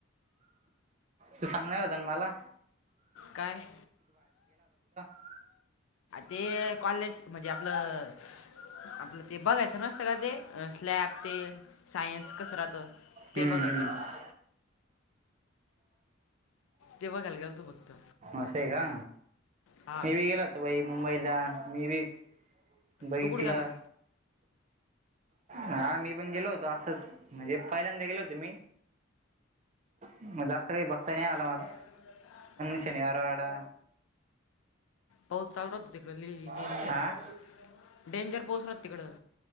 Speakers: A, on the right; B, on the left.
A: तू सांगणार होता न माला.
B: काय?
A: हो!
B: ते कॉलेज म्हणजे आपलं. आपलं ते बघायचं नसत का ते स्लॅब ते सायन्स कसं राहतं.
A: हम्म
B: ते बघायला
A: हम्म
B: गेल तो, ते बघायला गेल तो फक्त.
A: असंय का?
B: हा
A: ती बी येईल आता बाई मुंबईला, मी बी बघितलं,
B: तू कुठं गेला
A: हा मी पण गेलो होतो असंच. म्हणजे पहिल्यांदा गेलो होतो मी, मग जास्त काही बघता नाही आला मला.
B: <inaudible>
A: शनिवार वाडा
B: पाऊस चालू तिकडं लई
A: आ?
B: डेंजर डेंजर पाऊस राहतो तिकडं